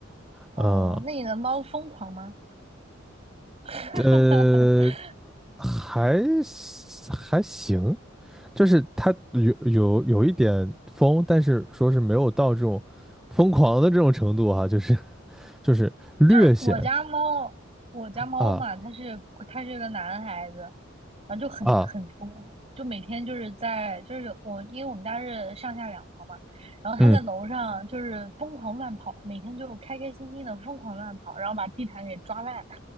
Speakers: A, on the right (about 30°); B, in the centre.
A: 哦，
B: 嗯，
A: 那你的猫疯狂吗？<laughs> 哈哈哈哈
B: 呃，还还行，就是它有有有一点疯，但是说是没有到这种疯狂的这种程度哈、就是就是略显
A: 就是我家猫，我家猫嘛，
B: 啊
A: 它是它是个男孩子，然后就很很疯，
B: 啊，
A: 就每天就是在就是我，因为我们家是上下两层嘛，然后它在楼上就是疯狂乱跑，
B: 嗯，
A: 每天就开开心心的疯狂乱跑，然后把地毯给抓烂。